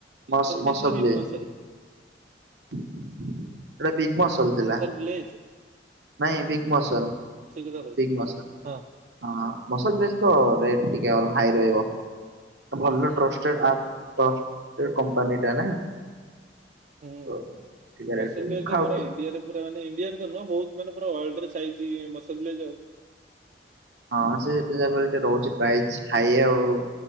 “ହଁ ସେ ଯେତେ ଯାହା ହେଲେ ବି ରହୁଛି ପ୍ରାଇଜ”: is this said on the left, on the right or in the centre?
Right